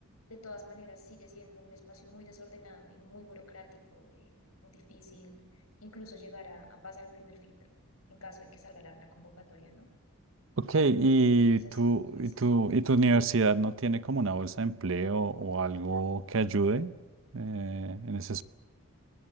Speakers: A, on the left; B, on the right.
A: de todas maneras sigue siendo un espacio muy desordenado y muy burocrático, eh, muy difícil incluso llegar a, a pasar el primer filtro en caso de que salga la, la convocatoria, ¿no?
B: Ok, ¿y
A: Es así
B: tu,
A: de difícil.
B: y tu, y tu universidad no tiene como una bolsa de empleo o algo que ayude eh, en ese aspecto?